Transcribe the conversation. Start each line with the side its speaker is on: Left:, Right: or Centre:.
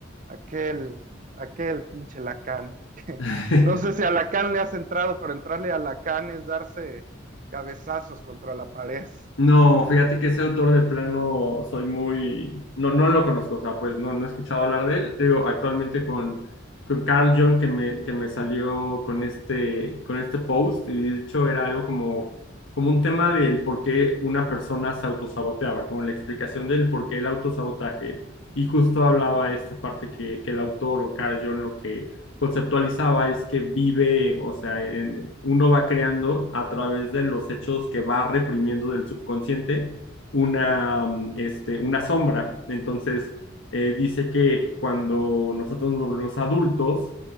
Right: Aquel, aquel pinche Lacan. <laughs>
Left: <laughs>
Right: No sé si a Lacan le has entrado, pero entrarle a Lacan es darse cabezazos contra la pared.
Left: No, fíjate que ese autor de plano soy muy, no, no lo conozco, o sea, pues no, no he escuchado hablar de él. Te digo, actualmente con, con Carl Jung que me, que me salió con este, con este post, y de hecho era algo como, como un tema del por qué una persona se autosaboteaba, como la explicación del por qué el autosabotaje. Y justo hablaba esta parte que, que el autor o Carl Jung lo que conceptualizaba es que vive, o sea, en- uno va creando a través de los hechos que va reprimiendo del subconsciente una,
Right: Ujú.
Left: mm, este, una sombra. Entonces, eh, dice que cuando nosotros nos volvemos adultos,